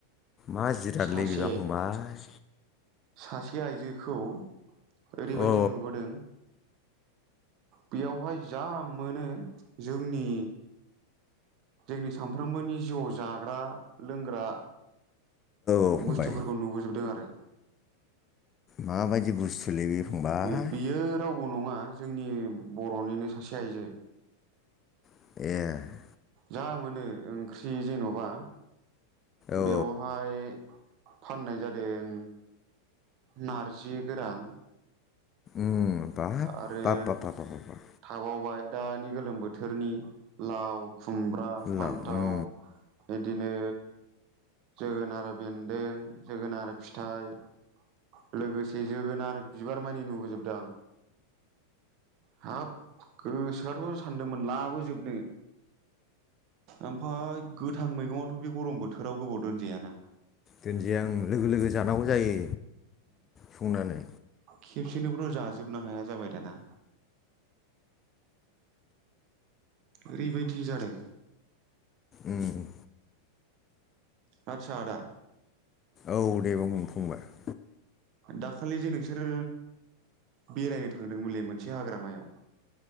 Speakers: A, on the left; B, on the right.
A: माजिरादलै
B: सासे
A: बेबा फंबाय
B: सासे आइजोखौ ओरैबायदि
A: औ
B: नुबोदों बेयावहाय जा मोनो जोंनि जोंनि सानफ्रोमबोनि जिउआव जाग्रा लोंग्रा
A: औ फंबाय
B: बुस्थुफोरखौ नुबोजोबदों आरो
A: माबायदि बुस्थुलै बे फंबाय
B: उम बियो रावबो नङा जोंनि बर'निनो सासे आइजो
A: ए
B: जा मोनो ओंख्रि जेन'बा
A: औ
B: बेवहाय फाननाय जादों नारजि गोरान
A: उम बाब
B: आरो
A: ब्बाब ब्बाब
B: थाबावबाय दानि गोलोम बोथोरनि लाव खुमब्रा फान्थाव
A: ल' उम
B: बिदिनो जोगोनार बेन्दों जोगोनार फिथाइ लोगोसे जोगोनार बिबार मानि नुबोजोबदों आं हाब गोसोआथ' सानदोंमोन लाबोजोबनो ओमफाय गोथां मैगङाथ' बे गरम बोथोराव गोबाव दोनजायाना
A: दोनजाया ओं लोगो लोगो जानांगौ जायो। संनानै
B: खेबसेनोबोथ' जाजोबनो हाया जाबाय दाना ओरैबायदि जादों
A: उम
B: आदसा आदा
A: औ दे बुं फंबाय
B: दाखालि जे नोंसोरो बेरायनो थांदोंमोनलै मोनसे हाग्रामायाव